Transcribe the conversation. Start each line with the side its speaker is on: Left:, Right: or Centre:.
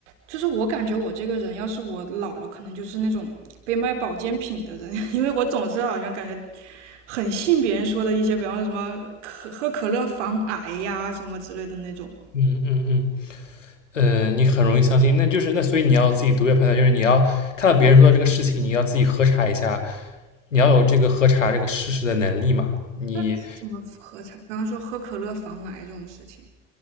Right: 就是我感觉我这个人，要是我老了，可能就是那种被卖保健品的人，<laughs> 因为我总是好像感觉很信别人说的一些，比方说什么可喝可乐防癌呀、什么之类的那种。
Left: 嗯嗯嗯，呃，你很容易相信，那就是那所以你要自己独立判断，就是你要看到别人说的这个事情，你要自己核查一下，你要有这个核查这个事实的能力嘛。你
Right: 那怎么喝才？刚刚说喝可乐防癌这种事情，